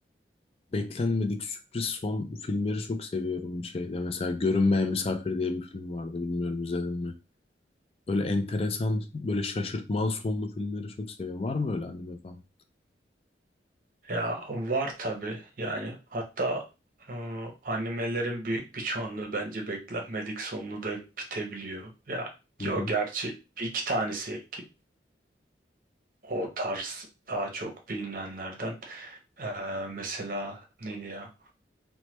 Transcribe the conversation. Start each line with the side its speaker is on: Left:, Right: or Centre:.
Left: Beklenmedik sürpriz son filmleri çok seviyorum bir şeyde. Mesela Görünmeyen Misafir diye bir film vardı. Bilmiyorum izledin mi? Böyle enteresan, böyle şaşırtmalı sonlu filmleri çok seviyorum. Var mı öyle anime falan?
Right: Ya var tabii yani hatta e, animelerin büyük bir çoğunluğu bence beklenmedik sonlu da bitebiliyor. Ya
Left: Hı
Right: yok
Left: hı.
Right: gerçi bir iki tanesi ki o tarz daha çok bilinenlerden E, mesela neydi ya?